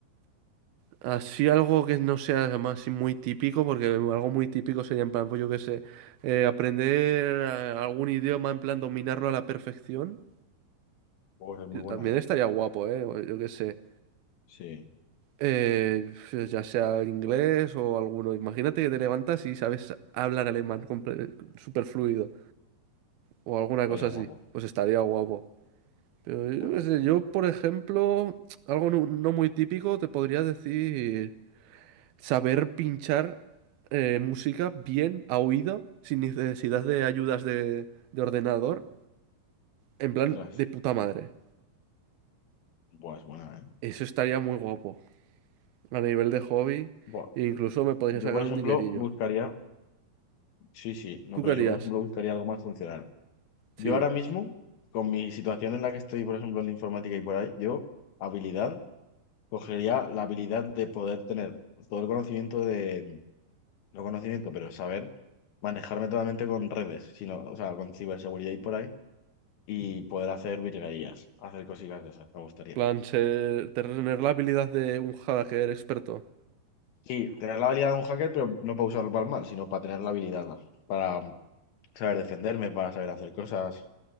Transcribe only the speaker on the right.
así algo que no sea además así muy típico, porque algo muy típico sería en plan, pues yo qué sé, eh, aprender eh, algún idioma, en plan dominarlo a la perfección.
eh,
También
estaría guapo, ¿eh? o Yo qué sé.
Eh, pues ya sea inglés o alguno. Imagínate que te levantas y sabes hablar alemán comple- súper fluido o alguna
cosa
así. Pues estaría guapo. Pero yo
qué sé, yo, por ejemplo, algo no no muy típico, te podría decir... saber pinchar eh, música bien a oído, sin necesidad de ayudas de, de ordenador, en plan
de puta madre.
Eso estaría muy guapo. A nivel de hobby,
e incluso me podría
sacar
un dinerillo.
¿Tú
qué harías?
Sí.
Plan, ser- tener la habilidad de un hacker experto.